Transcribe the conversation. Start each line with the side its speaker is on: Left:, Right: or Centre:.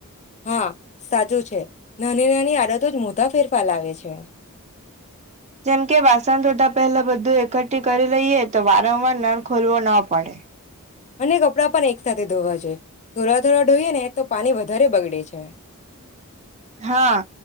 Left: હા સાચું છે, નાની-નાની આડતો જ મોટા ફેરફાર આવે છે.
Right: જેમકે, વાસણ ધોતા પહેલા બધું એકઠી કરી લઈએ તો વારંવાર નળ ખોલવો ન પડે.
Left: અને કપડાં પન એક સાથે ધોવા જોઈએ. થોડા ધોડા ઢોઈએ ને તો પાણી વધારે બગડે છે <inaudible>
Right: હા